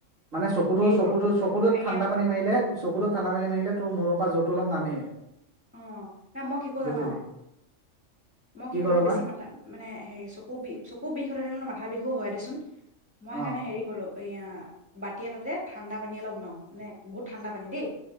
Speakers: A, on the right (about 75°); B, in the centre.
A: মানে চকুটো চকুটো
B: কৰো
A: চকুটোত
B: এয়া
A: ঠাণ্ডা পানী মাৰিলে চকুটো ঠাণ্ডা পানী মাৰিলে। তোৰ মূৰৰ পৰা য'তটো অলপ নামেই
B: অ', নাই মই কি কৰো
A: বুজিলি
B: জান? মই কি
A: কৰ
B: কৰো
A: বা
B: বেছি মাথা মানে হেৰি চকু বিষ চকু বিষ হৈ থাকিলে ন মা থা বিষো হয় দেচোন। মই
A: অ
B: সেইকাৰণে হেৰি কৰো, এইয়া বাতি এটাতে ঠাণ্ডা পানী অলপ লওঁ, মানে বহুত ঠাণ্ডা পানী দেই!